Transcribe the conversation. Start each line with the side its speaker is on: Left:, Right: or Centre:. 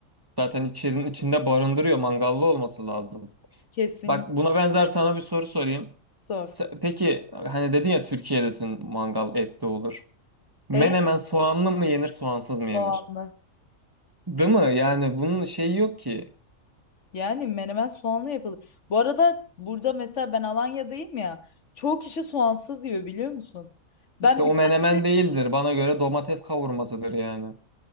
Right: zaten içerinin içinde barındırıyor. Mangallı olması lazım.
Left: Kesinlikle
Right: Bak buna benzer sana bir soru sorayım.
Left: sor.
Right: Se- Peki hani dedin ya Türkiye'desin mangal etli olur. Menemen
Left: E
Right: soğanlı mı yenir soğansız mı yenir?
Left: soğanlı.
Right: Değil mi? Yani bunun şeyi yok ki.
Left: Yani menemen soğanlı yapılır. Bu arada burada mesela ben Alanya'dayım ya. Çoğu kişi soğansız yiyor biliyor musun? Ben
Right: İşte o
Left: birkaç
Right: menemen değildir. Bana göre domates kavurmasıdır yani.